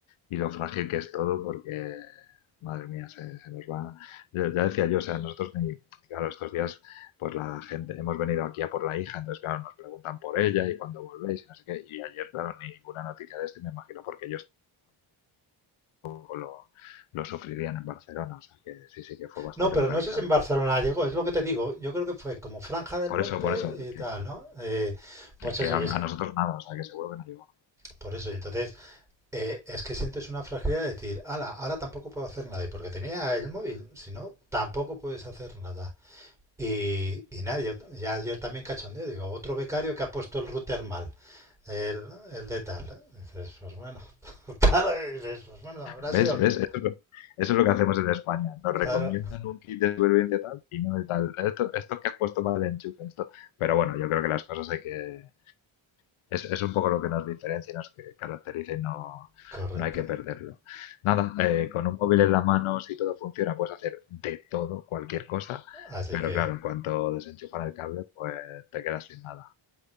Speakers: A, on the left; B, in the centre.
A: y lo frágil que es todo, porque, madre mía, se, se nos va. Ya, ya decía yo, o sea, nosotros, ni, claro, estos días, pues la gente, hemos venido aquí a por la hija, entonces, claro, nos preguntan por ella y cuándo volvéis y no sé qué. Y ayer, claro, ninguna noticia de esto y me imagino porque ellos poco lo, lo sufrirían en Barcelona, o sea que sí, sí que fue bastante
B: No, pero
A: localizado.
B: no sé si en Barcelona llegó, es lo que te digo, yo creo que fue como Franja del
A: Por
B: Norte
A: eso, por eso,
B: y
A: que,
B: tal,
A: que-
B: ¿no? Eh, pues eso,
A: que a,
B: y es que
A: a nosotros nada, o sea que seguro que no llegó.
B: Por eso, y entonces eh, es que sientes una fragilidad de decir, ala, ahora tampoco puedo hacer nada. Y porque tenía el móvil, si no, tampoco puedes hacer nada. Y, y nada, yo, ya ayer también cachondeo, digo, otro becario que ha puesto el router mal. El, el de tal. Dices, pues bueno, <laughs> claro, dices, pues bueno, habrá
A: ¿Ves?
B: sido. el-
A: ¿Ves? Eso es lo, eso es lo que hacemos en España. Nos
B: Claro,
A: recomiendan un kit de supervivencia tal y no el tal. Esto, esto que has puesto mal de enchufe, esto. Pero bueno, yo creo que las cosas hay que, Es, es un poco lo que nos diferencia y nos que- caracteriza y no,
B: correcto.
A: no hay que perderlo. Nada, eh, con un móvil en la mano, si todo funciona, puedes hacer de todo, cualquier cosa,
B: Así
A: pero
B: que.
A: claro, en cuanto desenchufan el cable, pues te quedas sin nada.